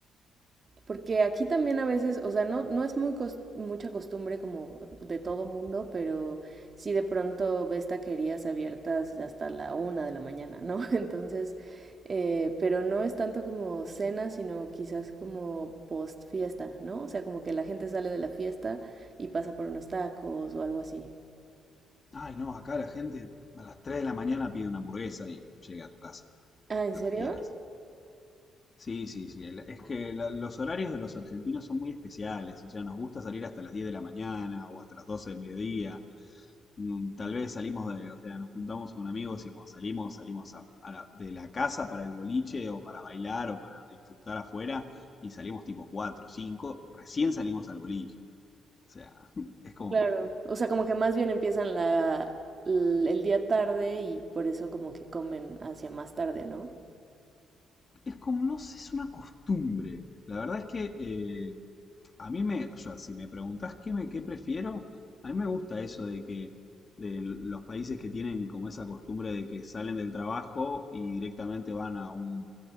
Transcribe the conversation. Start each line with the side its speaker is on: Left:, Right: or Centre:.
Right: Porque aquí también a veces, o sea, no, no es muy cos- mucha costumbre como de todo mundo, pero sí de pronto ves taquerías abiertas hasta la una de la mañana, ¿no? <laughs> Entonces, eh, pero no es tanto como cena, sino quizás como post fiesta, ¿no? O sea, como que la gente sale de la fiesta y pasa por unos tacos o algo así.
Left: Ay, no, acá la gente a las 3 de la mañana pide una hamburguesa y llega a tu casa,
Right: Ah, ¿en
Left: lo
Right: serio?
Left: que quieras. Sí, sí, sí. el- Es que la- los horarios de los argentinos son muy especiales. O sea, nos gusta salir hasta las 10 de la mañana o hasta las 12 del mediodía. Mm, Tal vez salimos de, o sea, nos juntamos con amigos y cuando salimos, salimos a- a la- de la casa para el boliche o para bailar o para disfrutar afuera y salimos tipo 4, 5. Recién salimos al boliche. O sea, <laughs> es como
Right: Claro.
Left: que
Right: O sea, como que más bien empiezan la, l- el día tarde y por eso como que comen hacia más tarde, ¿no?
Left: es como, no sé, es una costumbre. La verdad es que eh, a mí me, o sea, si me preguntás qué, me, qué prefiero, a mí me gusta eso de que de los países que tienen como esa costumbre de que salen del trabajo y directamente van a un,